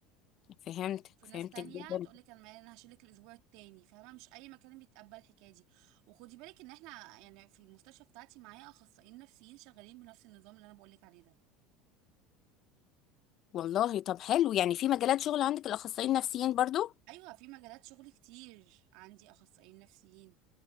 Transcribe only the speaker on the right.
في
ناس تانية
تقولك انا انا هشيلك الاسبوع التاني فاهمة مش اي مكان بيتقبل الحكاية دي وخدي بالك ان احنا يعني في المستشفى بتاعتي معايا اخصائيين نفسيين شغالين بنفس النظام اللي انا بقولك عليه ده
ايوه في مجالات شغل كتير عندي اخصائيين نفسيين